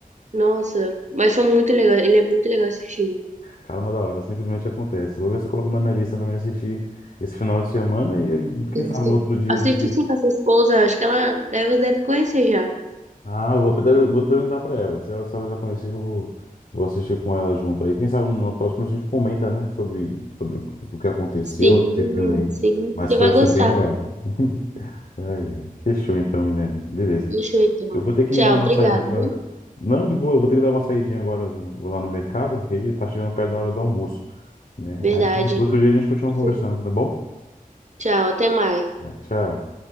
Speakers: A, on the right; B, on the left.
A: Nossa, mas foi muito legal. Ele é muito legal esse filme.
B: Caramba, da hora, simplesmente acontece. Vou ver se eu coloco na minha lista pra me assistir esse final de semana e aí, quem
A: Sim,
B: sabe no outro dia
A: Assiste
B: a gente.
A: sim com a sua esposa, acho que ela deve, deve conhecer já.
B: Ah, eu vou, até- vou perguntar pra ela. Se ela, se ela já conhecia, eu vou, vou assistir com ela junto. Aí, quem sabe numa próxima a gente comenta, né, sobre, sobre o que aconteceu
A: Sim,
B: nesse filme aí.
A: sim,
B: Mas
A: você
B: parece
A: vai gostar.
B: ser bem legal. <laughs> Ai, ai. Fechou então, Milena. Beleza.
A: Deixa eu então.
B: Eu vou ter que
A: Tchau,
B: ir dar uma
A: obrigada,
B: saída agora.
A: viu?
B: Não, de boa, eu vou ter que dar uma saidinha agora. Vou lá no mercado, porque tá chegando perto da hora do almoço, né?
A: Verdade.
B: Aí outro dia a gente continua
A: <laughs>
B: conversando, tá bom?
A: Tchau, até mais.
B: Tá, Tchau.